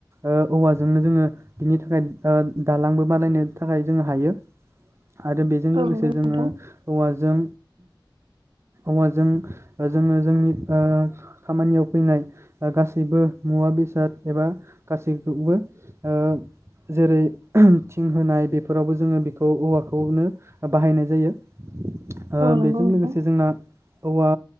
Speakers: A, on the right (about 30°); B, on the right (about 80°).
A: ओ औवाजोंनो जोङो बिनि थाखाय ओ दालांबो बानायनो थाखाय जोङो हायो। आरो बेजों
B: औ
A: लोगोसे
B: नंगौ नोंथां
A: जोङो औवाजों औवाजों जोङो जोंनि ओ खामानियाव फैनाय गासैबो मुवा बेसाद एबा गासैखौबो ओ जेरै थिं होनाय बेफोरावबो जोङो बेखौ औवाखौनो बाहायनाय जायो। ओ
B: औ नंगौ
A: बेजों
B: नोंथां
A: लोगोसे जोंना औवा